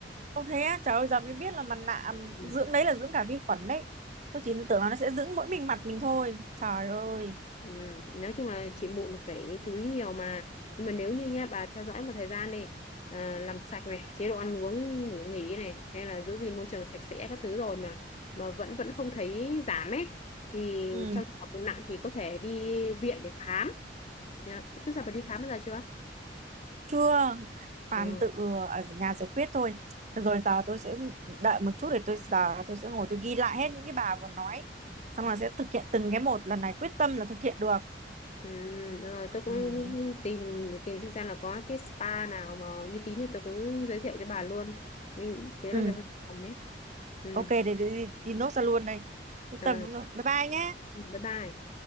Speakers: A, on the right (about 45°); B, on the left (about 40°).
A: ông thế á trời ơi giờ mới biết là mặt nạ à,
B: Ừ.
A: dưỡng đấy là dưỡng cả vi khuẩn đấy tôi chỉ tưởng là nó sẽ dưỡng mỗi mình mặt mình thôi trời ơi
B: Ừ. Nói chung là chị mụn phải chú ý nhiều mà nhưng mà nếu như nha bà theo dõi một thời gian đi à, làm sạch này chế độ ăn uống ngủ nghỉ này hay là giữ gìn môi trường sạch sẽ các thứ rồi mà mà vẫn vẫn không thấy giảm ấy thì
A: ừ
B: trong trường hợp nặng thì có thể đi viện để khám Nhá. trước giờ bà đi khám bao giờ chưa
A: chưa toàn
B: ừ.
A: tự ở nhà giải quyết thôi được rồi giờ tôi sẽ đợi một chút để tôi giờ tôi sẽ ngồi tôi ghi lại hết những cái bà vừa nói xong rồi sẽ thực hiện từng cái một lần này quyết tâm là thực hiện được
B: Ừ. Rồi, tôi cũng
A: ừ
B: tìm tìm xem xem là có cái spa nào mà uy tín thì tôi cũng giới thiệu cho bà luôn nhưng nhớ
A: ừ
B: là cho bà ấy ừ.
A: ok để, để đi, đi nốt ra luôn đây quyết
B: Ờ,
A: tâm đúng rồi bye bye nhé
B: Bye bye.